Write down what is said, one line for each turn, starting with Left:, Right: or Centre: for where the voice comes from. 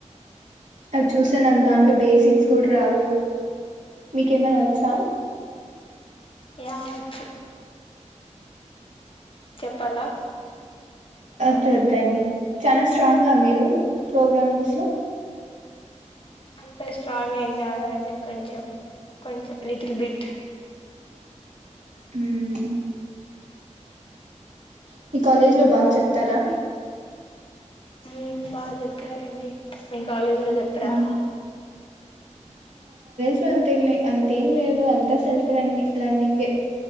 Right: అది చూసా నాక్ దాంట్లో బేసిక్స్ కూడా రావు, మీకేమనా వచ్చా.?
Left: యా ఓచ్చూ. చెప్పాలా.?
Right: వదు వద్దండి చాలా స్ట్రాంగా మీరు ప్రోగ్రామింగ్స్ లో? !
Left: అంత స్ట్రాంగ్ ఏం గాదండి కొంచెం, కొంచెం లిటిల్ బిట్.
Right: మ్మ్ మీ కాలేజీలో బాగా చెప్తారా?
Left: మ్మ్ బాగా చెప్తారండి. కాలేజ్‌లో చెప్పారా?
Right: మ్మ్ ఎప్పుడూ అంతేలే. అంతేం లేదు, అంతా సెల్ఫ్ లెర్నిం లెర్నింగే.